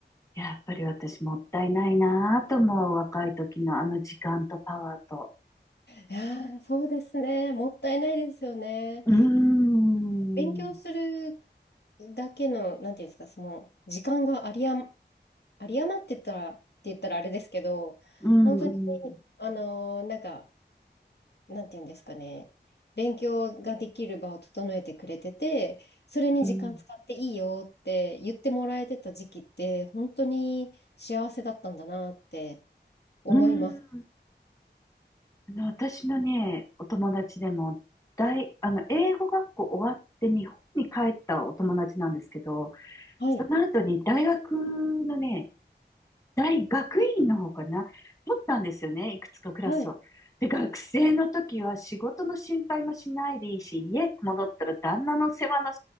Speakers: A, on the left (about 20°); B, on the left (about 65°).
A: やっぱり私もったいないなぁと思う、若い時のあの時間とパワーと。
B: いやー、そうですね。もったいないですよね。
A: うーん、
B: 勉強するだけの、なんていうんですか、その、時間がありあま、あり余ってたら、って言ったらあれですけど、
A: うん、
B: 本当に、
A: うん、
B: あのーなんか、なんていうんですかね、勉強ができる場を整えてくれてて、それに時間使っていいよって言ってもらえてた時期って、
A: うん、
B: 本当に幸せだったんだなって思います。
A: うん。あの、私のね、お友達でも、大、あの、英語学校終わって日本に帰ったお友達なんですけど、
B: はい。
A: その後に大学のね、大学院の方かな取ったんですよね、いくつかクラスを。
B: はい。
A: で、学生の時は仕事の心配もしないでいいし、家戻ったら旦那の世話の